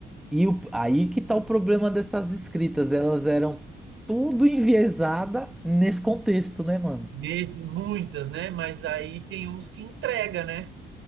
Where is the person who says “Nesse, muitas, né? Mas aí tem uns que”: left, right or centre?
Right